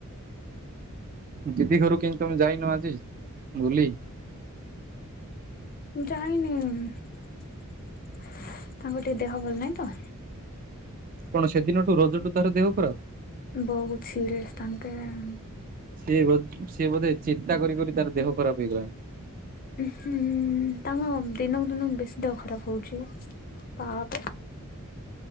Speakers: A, on the right; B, on the left.
A: ଦିଦି ଘରୁ କେମତି ତମେ ଯାଇନ ଆଜି ବୁଲି।
B: ଜାଇନି ତାଙ୍କ ଟିକେ ଦେହ ଭଲ ନାହିଁ ତ।
A: କଣ ସେଦିନଠୁ ରଜଠୁ ତାର ଦେହ ଖରାପ୍।
B: ବହୁତ ସିରିୟସ୍ ତାଙ୍କେ ଆଣି।
A: ସିଏ ବୋ ସିଏ ବୋଧେ ଚିନ୍ତା କରି କରି ତାର ଦେହ ଖରାପ ହେଇଗଲାଣି।
B: ହୁଁ ତାଙ୍କେ ଦିନକୁ ଦିନକୁ ବେଶୀ ଦେହ ଖରାପ ହଉଛି ତା ଅପେ